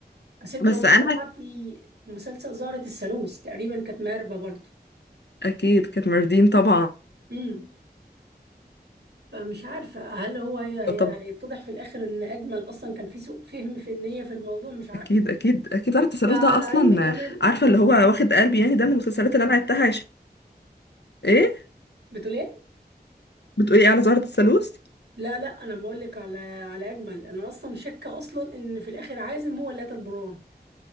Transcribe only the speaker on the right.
بس انت
لو استطعتي
مسلسل زهرة الثالوث تقريبا كانت مهربة برضه
امم فمش عارفة هل هو هي- هي-
هيتضح في الآخر إن أجمل أصلا كان في سوء فهم في النية في الموضوع مش عارفة
ده على
علم كمان
بتقول إيه؟
لا لا أنا بقول لك على على أجمل أنا أصلا شاكة أصلا إن في الآخر عازم هو اللي قتل بران